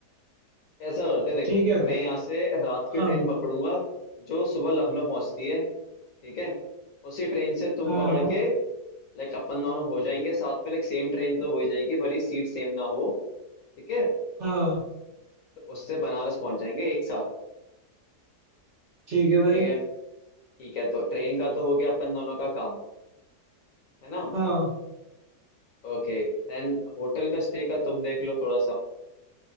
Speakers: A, on the left (about 60°); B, on the right (about 55°).
A: ऐसा करते हैं, देखो
B: ठीक है
A: मैं यहाँ से रात की
B: हाँ
A: ट्रेन पकड़ूंगा जो सुबह लखनऊ पहुंचती है ठीक है उसी ट्रेन से तुम
B: हाँ
A: पकड़
B: हाँ
A: के लाइक अपन दोनों हो जाएंगे साथ में लाइक सेम ट्रेन तो हो ही जाएगी भले सीट सेम ना हो ठीक है
B: हाँ
A: तो उससे बनारस पहुंच जाएंगे एक साथ
B: ठीक है भाई
A: ठीक है ठीक है तो ट्रेन का तो हो गया अपन दोनों का काम है ना
B: हाँ
A: ओके देन होटल का स्टे का तुम देख लो थोड़ा सा